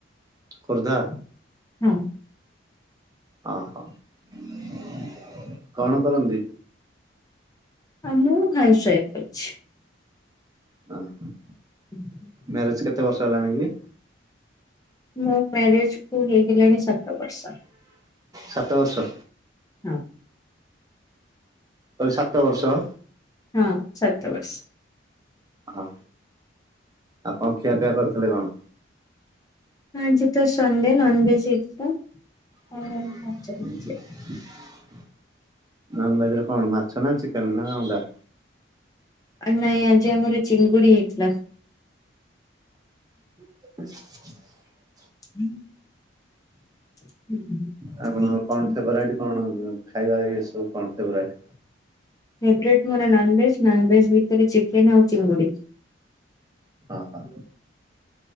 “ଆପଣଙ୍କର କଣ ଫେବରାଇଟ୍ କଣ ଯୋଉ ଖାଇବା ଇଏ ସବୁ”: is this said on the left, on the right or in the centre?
Right